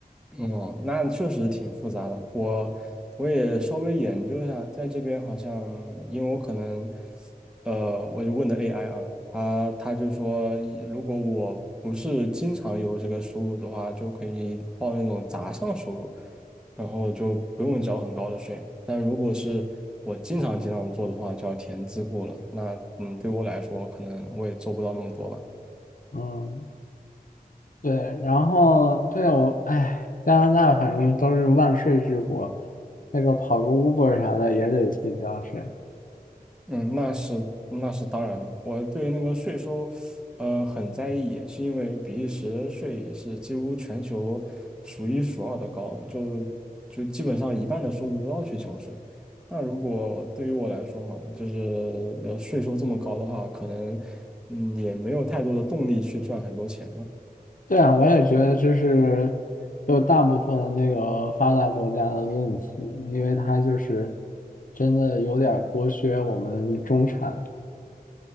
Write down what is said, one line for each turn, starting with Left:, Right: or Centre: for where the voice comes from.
Centre: 哦，那确实挺复杂的。我我也稍微研究一下，在这边好像，因为我可能，呃，我就问的 AI 啊，他他就说，如果我不是经常有这个收入的话，就可以报那种杂项收入，然后就不用交很高的税。但如果是我经常经常做的话，就要填自雇了。那嗯，对我来说，可能我也做不到那么多吧。
Left: 嗯。对，然后对我，哎，加拿大反正都是万税之国，那个跑个 Uber 啥的也得去己交税。
Centre: 嗯，那是那是当然的。我对那个税收，呃，很在意，也是因为比利时的税也是几乎全球数一数二的高，就就基本上一半的收入都要去交税。那如果对于我来说嘛，就是呃税收这么高的话，可能嗯也没有太多的动力去赚很多钱嘛。
Left: 对啊，我也觉得这是就大部分那个发达国家的问题，因为它就是真的有点儿剥削我们中产。